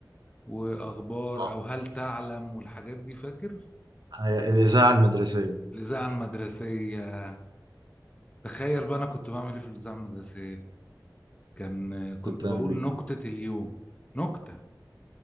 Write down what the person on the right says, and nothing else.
آه.
هي الإذاعة المدرسية
كنت بتعمل
إيه؟